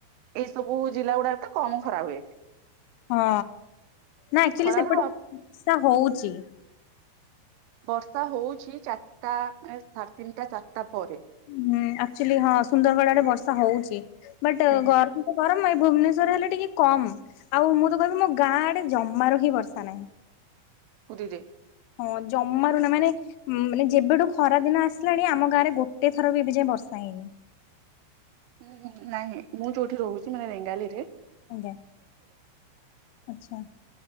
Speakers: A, on the right; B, on the left.
A: ଏଇ ସବୁ ଜିଲ୍ଲା ଗୁଡାକ ତ କମ ଖରା ହୁଏ।
B: ହଁ ନା ଆକଚୁଆଲି
A: ଖରାର
B: ସେପଟେ ବର୍ଷା ହଉଛି।
A: ବର୍ଷା ହଉଛି ଚାରିଟା ସାଢେ ତିନିଟା ଚାରିଟା ପରେ।
B: ହୁଁ ହଁ ସୁନ୍ଦରଗଡରେ ବର୍ଷା ହଉଛି ବଟ
A: ହୁଁ
B: ଗରମ ତ ଗରମ ଭୁବନେଶ୍ଵର ହେଲେ ଟିକେ କମ ଆଉ ମୁଁ ତ କହିବି ମୋ ଗାଁ ଆଡେ ଜମାରୁ ହିଁ ବର୍ଷା ନାହିଁ।
A: ପଦିଦେ <unintelligible>
B: ହଁ ଜମାରୁ ନା ମାନେ ମାନେ ଯେବେଠୁ ଖରା ଦିନ ଆସିଲାଣି, ଆମ ଗାଁରେ ଗୋଟେ ଥର ବି ଏବେ ଯାଏ ବର୍ଷା। ନାଇନ <unintelligible>
A: ଉଁ ନାଇଁ ମୁଁ ଯୋଉଠି ରହୁଛି ମାନେ ରେଙ୍ଗାଲି ରେ।
B: ଆଜ୍ଞା ଆଚ୍ଛା।